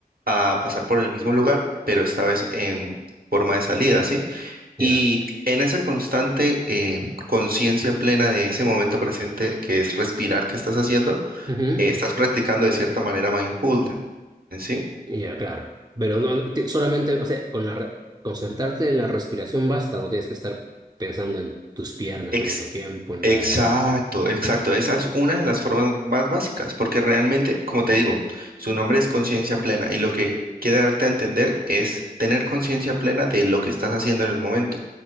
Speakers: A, on the right; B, on the right.
A: a pasar por el mismo lugar, pero esta vez en forma de salida, ¿sí? Y
B: ya,
A: en esa constante eh, conciencia plena de ese momento presente que es respirar que estás haciendo,
B: ujú,
A: eh, estás practicando de cierta manera mindfulness, ¿sí?
B: ya, claro. Pero no, ti- solamente, o sea, con la, re- concentrarte en la respiración basta, no tienes que estar pensando en tus piernas
A: Ex-
B: al mismo tiempo, en
A: Exacto,
B: la...
A: exacto. Esa es una de las formas más básicas, porque realmente, como te digo, su nombre es conciencia plena y lo que quiere darte a entender es tener conciencia plena de lo que estás haciendo en el momento.